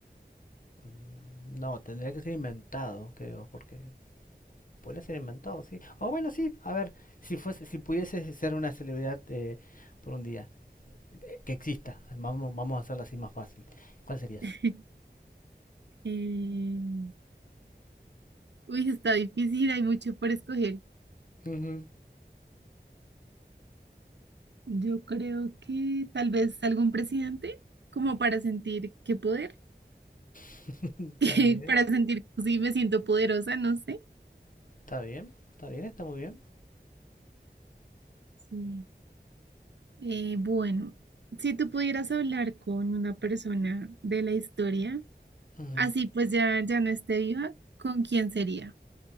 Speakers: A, on the left; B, on the right.
A: mm, No, tendría que ser inventado, creo, porque puede ser inventado, sí. O bueno, sí, a ver, si fuese, si pudiese ser una celebridad eh, por un día, eh, que exista, vamos, vamos a hacerlo así más fácil. ¿Cuál serías?
B: <laughs> eh, Uy, está difícil, hay mucho por escoger.
A: Ujú.
B: Yo creo que tal vez algún presidente, como para sentir qué poder,
A: <laughs> Está
B: <laughs> que
A: bien.
B: para sentir si me siento poderosa, no sé.
A: Está bien, está bien, está muy bien.
B: Sí. Eh, bueno, si tú pudieras hablar con una persona de la historia,
A: Ujú.
B: así pues ya, ya no esté viva, ¿con quién sería?